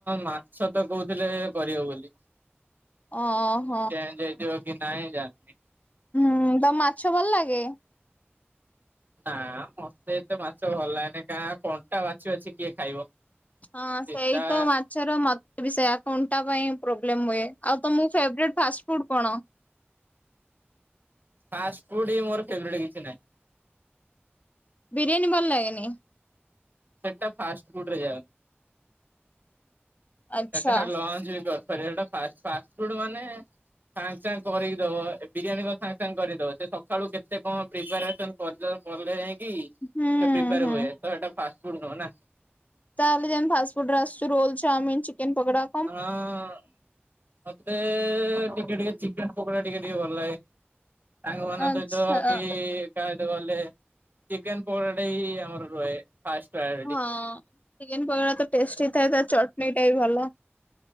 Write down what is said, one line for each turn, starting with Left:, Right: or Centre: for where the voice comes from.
Right: ମାଛ ତ କହୁଥିଲେ କରିବ ବୋଲି।
Left: ଓହୋ
Right: ଚେଞ୍ଜ ହେଇଥିବ କି ନାଇଁ ଜାଣିନି।
Left: ହୁଁ ତମକୁ ମାଛ ଭଲ ଲାଗେ?
Right: ନାଁ, ମତେ ଏତେ ମାଛ ଭଲ ଲାଗେନି, କାରଣ କଣ୍ଟା ବାଛି-ବାଛି କିଏ ଖାଇବ?
Left: ହଁ
Right: ସିଧା
Left: ସେଇତ ମାଛର ମତେ ବି ସେୟା କଣ୍ଟା ପାଇଁ ପ୍ରୋବ୍ଲେମ୍ ହୁଏ। ଆଉ ତମକୁ ଫେବରେଟ୍ ଫାଷ୍ଟଫୁଡ୍ କଣ?
Right: ଫାଷ୍ଟଫୁଡ୍ ହିଁ ମୋର ଫେବରେଟ୍ କିଛି ନାହିଁ।
Left: ବିରିୟାନୀ ଭଲ୍ ଲାଗେନି?
Right: ସେଇଟା ଫାଷ୍ଟଫୁଡ୍ ରେ ଯାଉନି।
Left: ଆଚ୍ଛା।
Right: ସେଟା ଲଞ୍ଚ ବି କରିପାରିବ, ହେଟା ଫାଷ୍ଟଫୁଡ୍ ମାନେ ସାଙ୍ଗେ ସାଙ୍ଗେ କରିକି ଦବ, ବିରିୟାନୀ କଣ ସାଙ୍ଗେ ସାଙ୍ଗେ କରିକିଦବ। ସେ ସକାଳୁ କେତେ କଣ ପ୍ରିପାରେସନ୍ ସଜ କଲେ ଯାଇଁକି ସେ
Left: ହୁଁ
Right: ପ୍ରିପାର୍
Left: ହୁଁ
Right: ହୁଏ, ତ ହେଟା ଫାଷ୍ଟଫୁଡ ନୁହଁ ନା।
Left: ତାହେଲେ ଯେମିତି ଫାଷ୍ଟଫୁଡ୍ ରେ ଆସୁଚି ରୋଲ୍, ଚାଉମିନ୍, ଚିକେନ ପକୋଡ଼ା।
Right: ହଁ ମତେ ଟିକେ-ଟିକେ ଚିକେନ୍ ପୋକୋଡ଼ା ଟିକେ-ଟିକେ ଭଲ୍ ଲାଗେ। ସାଙ୍ଗ ମାନଙ୍କ
Left: ଆଚ୍ଛା।
Right: ସହିତ କି କାହା ସହିତ ଗଲେ ଚିକେନ୍ ପକୋଡ଼ାଟା ହିଁ ଆମର ରୁହେ। ଫାଷ୍ଟ ପ୍ରାୟର୍।
Left: ହଁ ଚିକେନ୍ ପକୋଡ଼ା ତ ଟେଷ୍ଟି ଥାଏ ତା ଚଟନୀ ଟା ବି ଭଲ।